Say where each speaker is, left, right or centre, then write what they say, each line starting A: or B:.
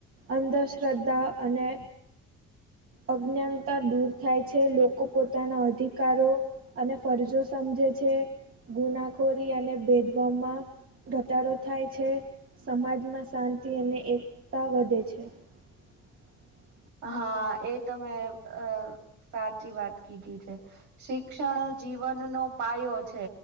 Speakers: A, on the right (about 50°); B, on the right (about 80°).
A: અંધશ્રદ્ધા અને, અજ્ઞાનતા દૂર થાય છે લોકો પોતાના અધિકારો, અને ફરજો સમજે છે ગુનાખોરી અને ભેદભમાં, ઘટાડો થાય છે, સમાજમાં શાંતિ અને એકતા વધે છે. <inaudible>
B: હા એ તમે અ સાચી વાત કીધી છે. શિક્ષણ જીવનનો પાયો છે.